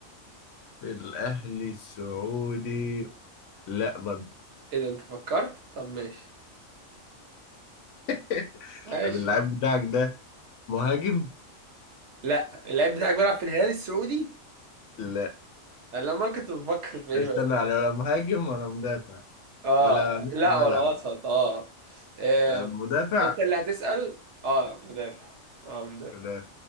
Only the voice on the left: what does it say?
في الاهلي السعودي لا برضه
<laughs>
طب اللعيب بتاعك ده مهاجم
لا.
استنى
يعني ولا مهاجم ولا مدافع
ولا نص
ملعب
ولا مدافع
ولا